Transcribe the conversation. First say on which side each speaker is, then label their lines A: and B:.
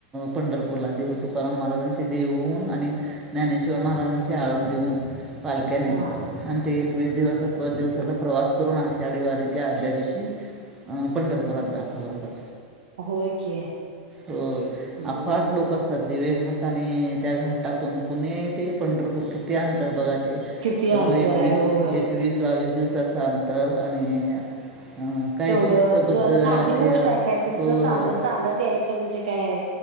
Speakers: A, on the right; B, on the right.
A: पंढरपूरला देऊ तुकाराम महाराजांचे देहूंवून- आणि ज्ञानेश्वर महाराजांची आळंदीहून पालक्या निघतात
B: हा
A: आणि ते एक एकवीस दिवचा पद दिवसाचा प्रवास करून आषाढी वारीच्या आदल्यादिवशी पंढरपुरात दाखल होतात
B: होय की
A: हो
B: हम्म
A: अफाट लोक असतात, दिवेघाट आणि त्या घाटातून पुणे ते पंढरपूर कि त्या अंतर्भगात ते
B: किती
A: एवढं
B: अंतर
A: एकवीस
B: आहे होय
A: एकवीस बावीस दिवसाचं अंतर आणि अं, काय
B: तेवढ
A: शिस्तबद्ध अशी
B: साधी गोष्ट आहे काय तिथन
A: होय
B: चाल
A: होय
B: चालत यायचं म्हणजे काय